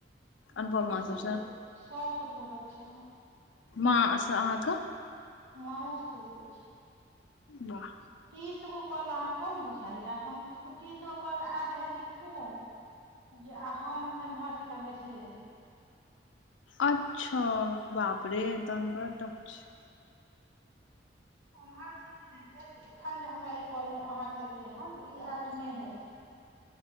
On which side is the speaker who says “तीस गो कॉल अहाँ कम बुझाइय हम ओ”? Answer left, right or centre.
Right